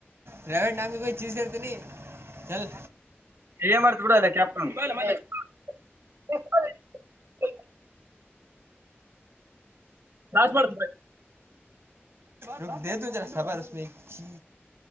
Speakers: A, on the right (about 65°); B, on the right (about 85°).
A: ಪ್ರೈವೇಟ್ ಬ್ಯಾಂಕಗೆ ಕೈ ಚೀಜತತತಿ ನೀ ಚಲ್
B: ಎಮ ಆರ್ ತಡ ಅಲ್ಲ ಕೆ್ಯಾಪ್ಟನ್ ಇ <unintelligible> ದಾಸ ಮಾಡ
A: ರ ದದ ಜರ ಸಬರಮೆ ಚೀ